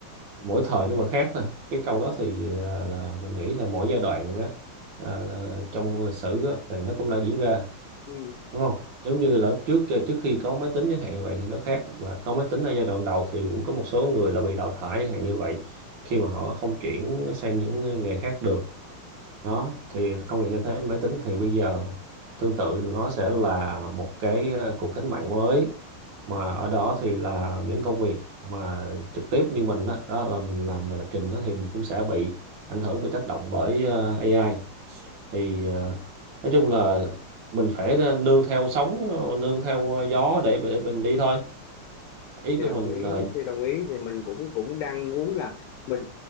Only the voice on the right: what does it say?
mỗi thời nó mà khác thôi cái câu đó thì ờ, là mình nghĩ là mỗi giai đoạn á, ờ, trong lịch sử á, thì nó cũng đã diễn ra
đúng không giống như là lúc trước ờ, trước khi có máy tính chẳng hạn như vậy thì nó khác mà có máy tính ở giai đoạn đầu thì cũng có một số người là bị đào thải chẳng hạn như vậy khi mà họ không chuyển sang những ờ, nghề khác được đó thì công việc như thế máy tính thì bây giờ tương tự nó sẽ là một cái ờ, cuộc cách mạng mới mà ở đó thì là những công việc mà trực tiếp như mình đó, đó là mình làm về lập trình đó thì mình cũng sẽ bị ảnh hưởng bị tác động bởi ờ, AI thì ờ, nói chung là mình phải ờ, nương theo sóng ờ, nương theo ờ, gió để để mình đi thôi ý
của
mình
là